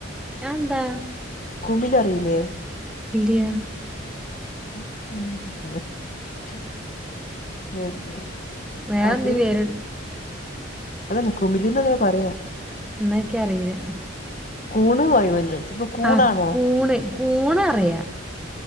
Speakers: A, in the centre; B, on the left.
A: അഹന്താ?
B: കുമില് അറിയില്ലേ?
A: ഇല്ല്യ.
B: <unintelligible>
A: വേറെന്തിം
B: അത്
A: വേര്?
B: അതന്നെ കുമിലിന്ന് ത്‌ന് പറയാ.
A: ന്നക്കി അറിയില്ല.
B: കൂണ് <unintelligible> കൂണാണോ?
A: ആഹ് കൂണ് കൂണ് അറിയാ